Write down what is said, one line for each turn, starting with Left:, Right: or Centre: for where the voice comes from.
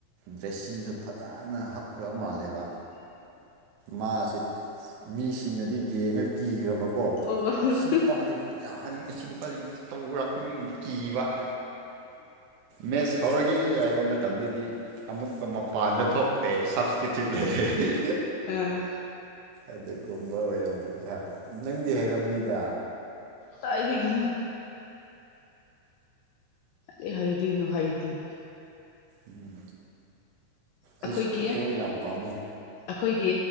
Right: ꯗ꯭ꯔꯦꯁꯁꯤꯡꯁꯨ ꯐꯖꯅ ꯍꯥꯞꯈ꯭ꯔꯕ ꯃꯥꯜꯂꯦꯕ ꯃꯥꯁꯤ ꯃꯤꯁꯤꯡꯅꯗꯤ ꯌꯦꯡꯉ ꯀꯤꯈ꯭ꯔꯕꯀꯣ
Left: ꯑꯣ ꯑꯥ
Right: ꯏꯁꯤꯡ ꯄꯥꯗ ꯑꯁꯤ ꯅꯨꯄꯥꯁꯤ ꯇꯔꯛꯅꯤ ꯀꯤꯕ ꯃꯦꯠꯁ ꯍꯧꯔꯒꯦ ꯍꯥꯏꯕ ꯃꯇꯝꯗꯗꯤ ꯑꯃꯨꯛꯀ ꯃꯄꯥꯟꯗ ꯊꯣꯛꯈ꯭ꯔꯦ ꯁꯞꯁꯇꯤꯇ꯭ꯌꯨꯠ ꯂꯩꯔꯦ ꯍ
Left: ꯑ
Right: ꯑꯗꯨꯒꯨꯝꯕ ꯑꯣꯏꯔꯝ ꯅꯪꯗꯤ ꯍꯩꯔꯝꯅꯤꯗ
Left: ꯇꯥꯏꯗꯦꯒꯅꯣ ꯑꯩ ꯍꯩꯗꯣꯏꯅꯣ ꯍꯩꯗꯤꯦ
Right: ꯎꯝ
Left: ꯑꯩꯈꯣꯏꯒꯤ
Right: ꯑꯩꯁꯨ ꯐꯨꯠꯕꯣꯜ ꯌꯥꯝ ꯄꯥꯝꯃꯦ
Left: ꯑꯩꯈꯣꯏꯒꯤ